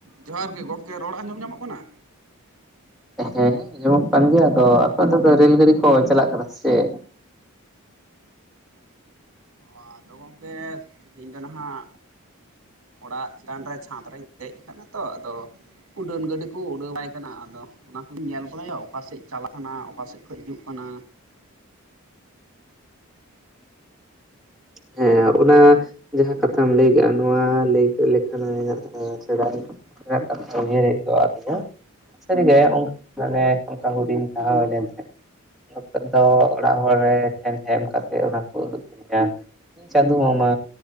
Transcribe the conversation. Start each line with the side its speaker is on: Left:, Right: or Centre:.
Right: ᱡᱚᱦᱟᱨ ᱜᱮ ᱜᱚᱝᱠᱮ ᱨᱚᱲ ᱟᱸᱡᱚᱢ ᱧᱟᱢᱚᱜ ᱠᱟᱱᱟ
Centre: ᱦᱮᱸ ᱟᱸᱡᱚᱢᱚᱜ ᱠᱟᱱ ᱜᱮᱭᱟ ᱟᱫᱚ ᱟᱯᱮ ᱫᱚ ᱯᱮ ᱨᱮᱞ ᱜᱟᱹᱰᱤ ᱠᱚ ᱪᱟᱞᱟᱜ ᱠᱟᱱᱟ ᱥᱮᱪᱮᱫ?
Right: ᱟᱸ ᱟᱫᱚ ᱜᱚᱝᱠᱮ ᱛᱤᱦᱤᱧ ᱫᱚ ᱱᱟᱦᱟᱜ ᱚᱲᱟᱜ ᱪᱮᱛᱟᱱ ᱨᱮ ᱪᱷᱟᱸᱫᱽ ᱨᱮᱧ ᱫᱮᱡ ᱟᱠᱟᱱᱟ ᱛᱚ ᱟᱫᱚ ᱩᱰᱟᱹᱱ ᱜᱟᱹᱰᱤ ᱠᱚ ᱩᱰᱟᱹᱣ ᱵᱟᱲᱟᱭ ᱠᱟᱱᱟ ᱟᱫᱚ ᱚᱱᱟ ᱠᱩᱞᱤᱧ ᱧᱮᱞ ᱵᱟᱲᱟᱭᱟ ᱚᱠᱟᱥᱮᱫ ᱪᱟᱞᱟᱜ ᱠᱟᱱᱟ ᱚᱠᱟᱥᱮᱫ ᱠᱷᱚᱡ ᱦᱤᱡᱩᱜ ᱠᱟᱱᱟ,
Centre: ᱦᱮᱸ ᱚᱱᱟ ᱡᱟᱦᱟᱸ ᱠᱟᱛᱷᱟᱢ ᱞᱟᱹᱭ ᱠᱮᱜᱼᱟ ᱱᱚᱣᱟ ᱞᱟᱹᱭ ᱠᱮᱫ ᱞᱮᱠᱷᱟᱱ ᱦᱟᱹᱜ ᱥᱮᱬᱟᱭ ᱮᱫ ᱤᱭᱟᱹᱭ ᱦᱮᱡ ᱟᱹᱛᱤᱧᱟ <unintelligible> ᱥᱟᱹᱨᱤᱜᱮ ᱚᱝᱱᱠ ᱢᱟᱱᱮ ᱚᱱᱠᱟ ᱦᱩᱰᱤᱧ ᱛᱟᱸᱦᱮ ᱞᱮᱱ ᱠᱷᱟᱡ, ᱱᱚᱛᱮ ᱫᱚ ᱚᱲᱟᱜ ᱦᱚᱲ ᱨᱮ ᱴᱷᱮᱱ ᱥᱮᱱ ᱠᱟᱛᱮᱫ ᱚᱱᱟ ᱠᱚ ᱩᱫᱩᱜ ᱠᱤᱫᱤᱧᱟᱢ ᱪᱟᱸᱫᱩ ᱢᱟᱢᱟ